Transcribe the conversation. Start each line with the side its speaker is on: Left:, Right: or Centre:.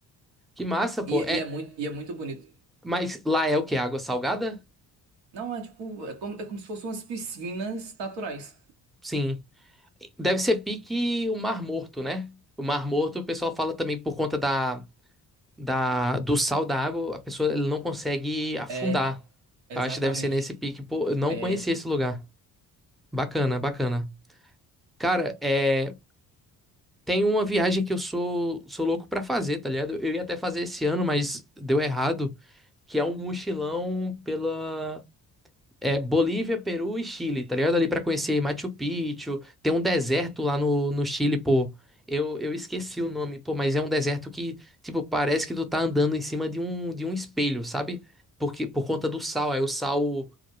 Centre: Que massa, pô.
Right: E,
Centre: É,
Right: e é muito, e é muito bonito.
Centre: mas lá é o quê? Água salgada?
Right: Não, é tipo. É como, é como se fossem umas piscinas naturais.
Centre: Sim. Deve ser pique o Mar Morto, né? O Mar Morto, o pessoal fala também por conta da, da, do sal da água, a pessoa ela não consegue afundar.
Right: É, exatamente.
Centre: Eu acho que deve ser nesse pique. Pô, eu não
Right: É.
Centre: conhecia esse lugar. Bacana, bacana. Cara, é. Tem uma viagem que eu sou, sou louco pra fazer, tá ligado? Eu ia até fazer esse ano, mas deu errado, que é um mochilão pela é, Bolívia, Peru e Chile, tá ligado? Ali pra conhecer Machu Picchu, tem um deserto lá no, no Chile, pô. Eu, eu esqueci o nome, pô, mas é um deserto que, tipo, parece que tu tá andando em cima de um, de um espelho, sabe? Porque, por conta do sal, aí o sal,